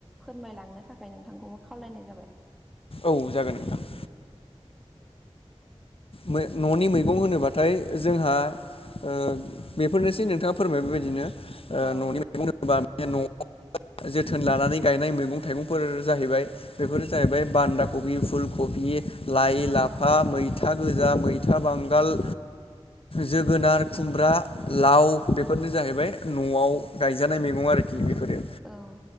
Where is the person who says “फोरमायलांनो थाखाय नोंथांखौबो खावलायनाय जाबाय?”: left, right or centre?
Centre